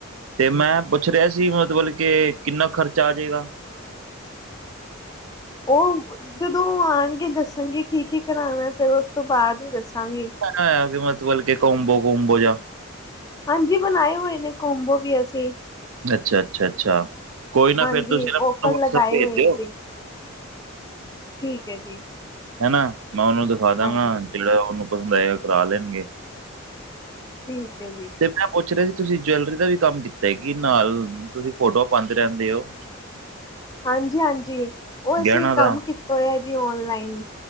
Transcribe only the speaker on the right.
ਤੇ ਮੈਂ ਪੁੱਛ ਰਿਹਾ ਸੀ ਮਤਬੱਲ ਕੇ ਕਿੰਨਾ ਖਰਚਾ ਆ ਜਾਏਗਾ।
ਇਹ ਕਿ ਮਤਬਲ ਕੋਂਬੋ ਕੁਂਬੋ ਜਾ।
ਅੱਛਾ ਅੱਛਾ ਅੱਛਾ ਕੋਈ ਨਾ
ਫੇਰ ਤੁਸੀਂ ਨਾ ਮੈਨੂੰ
ਵਟਸਐਪ
ਭੇਜ
ਦਿਓ
ਹਨਾ ਮੈਂ ਉਹਨੂੰ ਦਿਖਾ ਦਾਂਗਾ
ਜਿਹੜਾ ਉਹਨੂੰ ਪਸੰਦ ਆਏਗਾ ਕਰਾ ਲੈਣਗੇ।
ਤੇ ਮੈਂ ਪੁੱਛ ਰਿਹਾ ਸੀ ਤੁਸੀ ਜੈਲਰੀ ਦਾ ਵੀ ਕੰਮ ਕੀਤਾ ਕਿ ਨਾਲ ਤੁਸੀ ਫੋਟੋਆ ਪਾਦੇ ਰਹਿੰਦੇ ਹੋ। <unintelligible>
ਗਹਿਣਾ
ਦਾ